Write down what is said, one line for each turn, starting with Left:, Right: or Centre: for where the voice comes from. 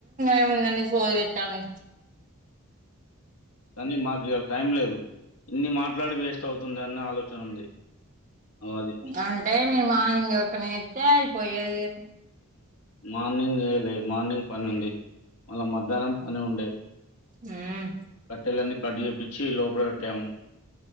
Right: ఎమ్ముంది అండి సోది పెట్టాలే
Left: కానీ మాకు ఇవాళ టైం లేదు ఇన్ని మాట్లాడి వేస్ట్ అవుతుంది అన్న ఆలోచన ఉంది అది.
Right: అంటే మీరు మార్నింగ్ ఎవరికన్నా చేతే అయిపోయేది
Left: మార్నింగ్ చేయలే మార్నింగ్ పని ఉంది మళ్ళ మధ్యాహ్నం పని ఉండే
Right: హ్మ్
Left: తెల్లని కట్ చేప్పించి లోపల పెట్టాము